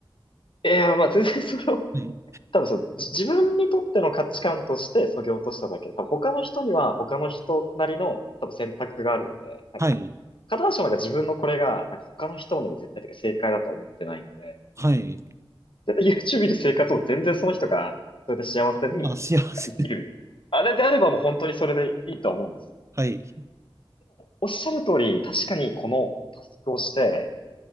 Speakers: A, on the left; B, on the right.
A: え。いや、まあ全然その、
B: はい、
A: 多分そう、じ自分にとっての価値観としてそぎ落としただけで、多分他の人には他の人なりの多分選択があるので、なんか、
B: はい、
A: 必ずしもなんか自分のこれが、なんか他の人にも絶対的に正解だとは思ってないので、
B: はい、
A: なんかで YouTube で生活を全然その人が、それで幸せに、
B: まあ、幸せ、
A: なんか生きる。あれであればもう本当にそれでいいと思うんですよ。
B: はい、
A: おっしゃる通り、確かにこのタスクをして、